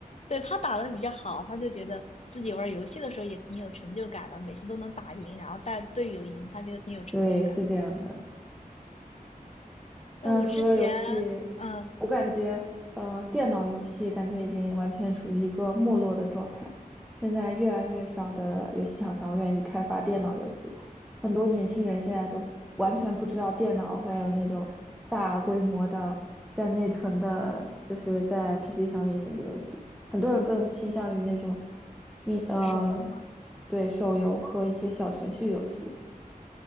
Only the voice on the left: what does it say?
对，他打的比较好，他就觉得自己玩游戏的时候也挺有成就感的，每次都能打赢，然后带队友赢，他觉得挺有成就感。
那我之前，
嗯，
手游嘛，